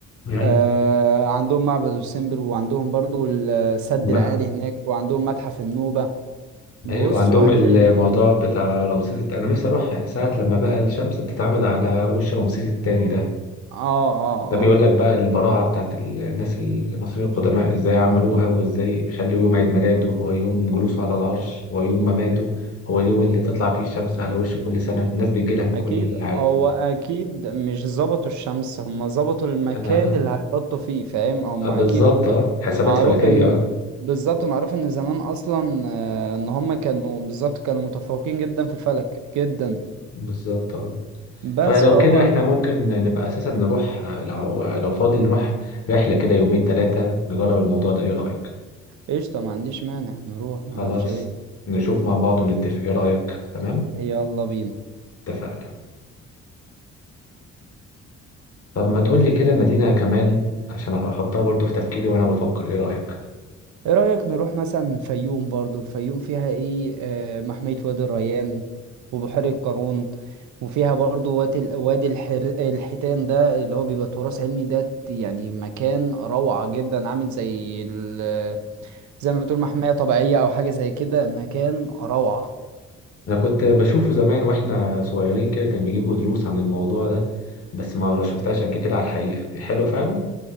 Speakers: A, on the left; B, on the right.
A: يعني
B: آه، عندهم معبد السمبر وعندهم برضو السد
A: ما
B: العالي هناك وعندهم متحف النوبة بص
A: أيوة وعندهم
B: وهتلاقي
A: الموضوع بتاع رمسيس الت- أنا نفسي أروح ساعة لما بقى الشمس بتتعمد على وش رمسيس التاني ده
B: اه اه
A: ده بيقول
B: اه
A: لك بقى البراعة بتاعت الناس المصريين القدماء ازاي عملوها وازاي خلوا يوم عيد ميلاده هو يوم جلوسه على العرش هو يوم مماته هو اليوم اللي تطلع فيه الشمس على وشه كل سنة الناس بتجيلها من
B: اكيد
A: كل العالم
B: هو اكيد مش ظبطوا الشمس هم ظبطوا المكان
A: لا
B: اللي هيحطوا فيه فاهم هم
A: آه، بالظبط
B: اكيد
A: اه حسابات
B: معروف
A: فلكية
B: ان
A: اه
B: بالظبط معروف ان زمان اصلا آه، ان هم كانوا بالظبط كانوا متفوقين جدا في الفلك جدا
A: بالظبط اه
B: بس
A: فلو
B: فهو
A: كده احنا ممكن نبقى اساسا نروح آه، لو آه، لو فاضي نروح رحلة كده يومين ثلاثة نجرب الموضوع ده ايه رأيك
B: قشطة ما عنديش مانع نروح ما
A: خلاص
B: نروحش ليه
A: نشوف مع بعض ونتفق ايه رأيك تمام
B: يلا بينا
A: اتفقنا طب ما تقولي كده مدينة كمان عشان أحطها برضو في تفكيري وأنا بفكر إيه رأيك؟
B: ايه رأيك نروح مثلا الفيوم برضو الفيوم فيها ايه آه، محمية وادي الريان وبحيرة قارون وفيها برضو وادي ال- وادي الحر... الحيتان ده اللي هو بيبقى تراث علمي ده يعني مكان روعة جدا عامل زي ال... زي ما تقول محمية طبيعية او حاجة زي كده مكان روعة
A: أنا كنت بشوفه زمان وإحنا صغيرين كده كان بيجيبوا دروس عن الموضوع ده بس ما شفتهاش قبل كده على الحقيقة هي حلوة فعلا